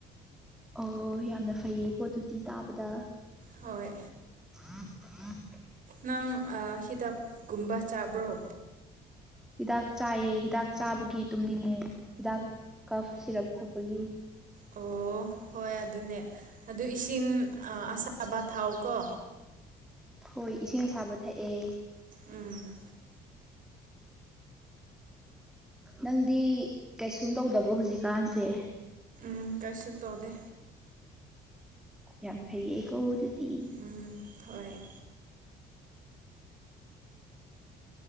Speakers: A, in the centre; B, on the right.
A: ꯑꯣ ꯌꯥꯝꯅ ꯐꯩꯌꯦꯀꯣ ꯑꯗꯨꯨꯇꯤ ꯇꯥꯕꯗ꯫
B: ꯍꯣꯏ
A: <unintelligible>
B: ꯅꯪ ꯑꯥ ꯍꯤꯗꯥꯛꯀꯨꯝꯕ ꯆꯥꯕ꯭ꯔꯣ?
A: ꯍꯤꯗꯥꯛ ꯆꯥꯏꯌꯦ ꯍꯤꯗꯥꯛ ꯆꯥꯕꯒꯤ ꯇꯨꯝꯅꯤꯡꯉꯦ ꯍꯤꯗꯥꯛ ꯀꯞ ꯁꯤꯔꯞ ꯊꯛꯄꯒꯤ꯫
B: ꯑꯣ ꯍꯣꯏ ꯑꯗꯨꯅꯦ ꯑꯗꯨ ꯏꯁꯤꯡ ꯑꯁꯥꯕ ꯊꯥꯎ ꯀꯣ
A: ꯍꯣꯏ ꯏꯁꯤꯡ ꯑꯁꯥꯕ ꯊꯛꯑꯦ꯫
B: ꯎꯝ
A: ꯅꯪꯗꯤ ꯀꯩꯁꯨꯝ ꯇꯧꯗꯕ꯭ꯔꯣ ꯍꯧꯖꯤꯛꯀꯥꯟꯁꯦ꯫
B: ꯎꯝ ꯀꯩꯁꯨ ꯇꯧꯗꯦ꯫
A: ꯌꯥꯝ ꯐꯩꯌꯦꯀꯣ ꯑꯗꯨꯗꯤ꯫
B: ꯎꯝ ꯍꯣꯏ